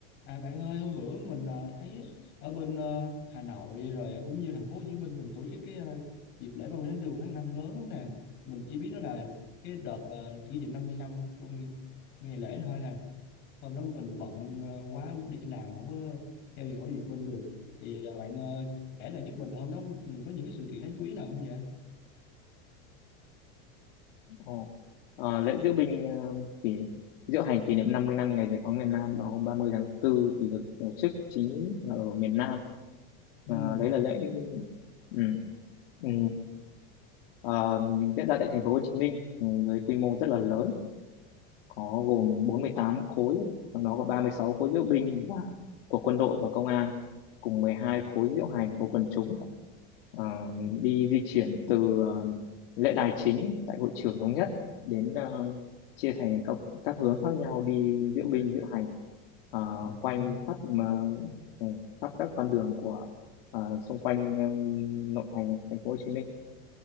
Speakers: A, on the left; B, on the left.
A: À, bạn ơi hôm bữa mình ờ, thấy ở bên ờ, Hà Nội rồi cũng như thành phố Hồ Chí Minh mình tổ chức cái ờ, dịp lễ 30 tháng 4 và tháng 5 lớn lắm nè mình chỉ biết đó là cái đợt ờ, kỷ niệm 50 năm trong ngày lễ này thôi nè hôm đó mình bận ờ, quá đi làm không có theo dõi việc bên được thì ờ, bạn ờ, kể là giúp mình là hôm đó mình có những cái sự kiện đáng chú ý nào không vậy?
B: Ồ. Ờ, lễ diễu binh ờ, kỷ diễu hành kỷ niệm 50 năm ngày giải phóng miền Nam vào hôm 30 tháng tư thì được tổ chức chính là ở miền Nam.
A: Ừ.
B: Ờ, đấy là lễ ừ. Ừ. ờ, diễn ra tại thành phố Hồ Chí Minh ừ, với quy mô rất là lớn có gồm 48 khối, trong đó có 36 khối diễu binh và của quân đội và công an, cùng 12
A: Ừ.
B: khối diễu hành của quần chúng. Ờ,
A: Ừ.
B: đi di chuyển từ ờ, lễ đài chính tại hội trường thống nhất đến ờ, chia thành các các hướng khác nhau đi diễu binh diễu hành ờ,
A: ừ,
B: quanh khắp ờ, ừ, khắp các con đường của ờ, xung quanh ờ, nội thành thành phố Hồ Chí Minh